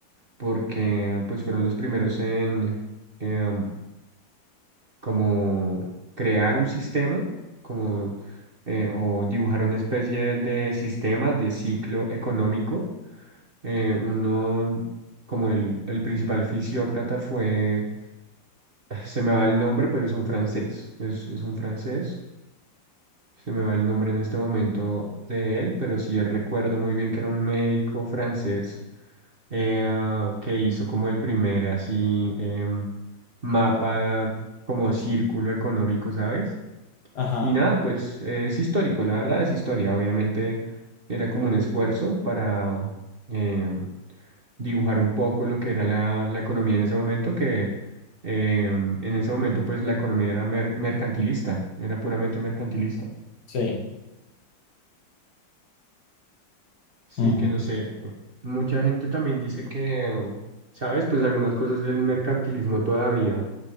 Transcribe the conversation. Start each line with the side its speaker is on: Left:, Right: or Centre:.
Right: porque pues fueron los primeros en em, como crear un sistema, como eh, o dibujar una especie de sistema de ciclo económico eh, uno, como el, el principal fisiócrata fue, ah, se me va el nombre, pero es un francés, es, es un francés, se me va el nombre en este momento de él, pero sí recuerdo muy bien que era un médico francés eh, ah, que hizo como el primer así em, mapa, como círculo económico, ¿sabes?
Left: Ajá,
Right: Y nada, pues eh, es histórico, la verdad es historia, obviamente era como un esfuerzo para... em, dibujar un poco lo que era la, la economía en ese momento, que eh, en ese momento pues la economía era mer- mercantilista, era puramente mercantilista.
Left: sí.
Right: Sí,
Left: Ujú.
Right: que no sé, eh, mucha gente también dice que, um, ¿sabes? Pues algunas cosas del mercantilismo todavía